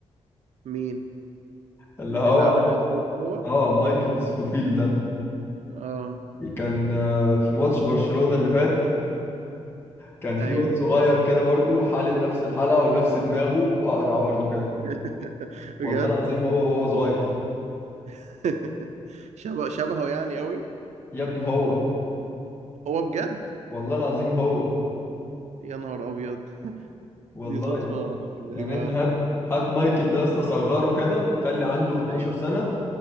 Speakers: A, on the right; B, on the left.
A: مين
B: اللي هو
A: اللي عامل الدور ده هو
B: اه مايكل سكوفيل ده
A: اه
B: كان آه، في ماتش برشلونة اللي فات كان في
A: ايوه
B: واد صغير كده برضو حالق نفس الحلقة ونفس دماغه اقرع برضو كده
A: <laughs> بجد
B: والله العظيم هو وهو صغير
A: <laughs> شبه شبهه يعني قوي
B: يا ابني هو
A: هو بجد
B: والله العظيم هو
A: يا نهار ابيض
B: والله
A: دي صدفة
B: يعني
A: غريبة
B: انت
A: قوي
B: هات هات مايكل ده يا اسطى صغره كده خلي عنده 12
A: ايوه
B: سنة